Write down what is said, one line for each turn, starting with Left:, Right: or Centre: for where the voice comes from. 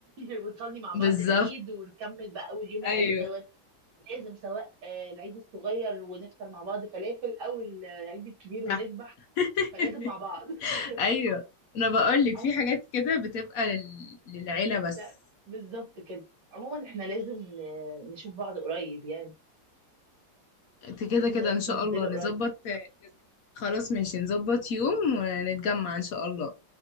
Right: <laughs> ونصلي مع
Left: بالظبط
Right: بعض العيد ونكمل بقى اول يوم العيد
Left: ايوه
Right: دوت لازم سواء آه، العيد الصغير ونفطر مع بعض فلافل او العيد الكبير ونذبح
Left: صح. <laughs>
Right: فلازم مع بعض <laughs>
Left: ايوه انا بقول لك
Right: عموما
Left: في حاجات كده بتبقى لل... للعيلة بس
Right: لا بالظبط كده عموما احنا لازم ن- نشوف بعض قريب يعني
Left: انت كده
Right: لازم
Left: كده
Right: انا وانتي
Left: ان شاء
Right: ننزلوا
Left: الله نظبط
Right: قريب
Left: خلاص ماشي نظبط يوم ونتجمع ان شاء الله